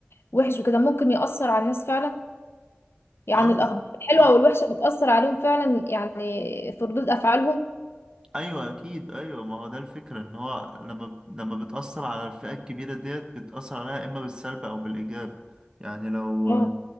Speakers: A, on the left (about 75°); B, on the right (about 20°).
A: وحش وكده ممكن يأثر على الناس فعلا يعني
B: اه
A: الأخبار الحلوة
B: اه
A: والوحشة بتأثر عليهم فعلا يعني في ردود أفعالهم
B: ايوه اكيد ايوه ما هو ده الفكره ان هو لما لما بتاثر على الفئه الكبيره ديت بتاثر عليها اما بالسلب او بالايجاب يعني لو
A: اه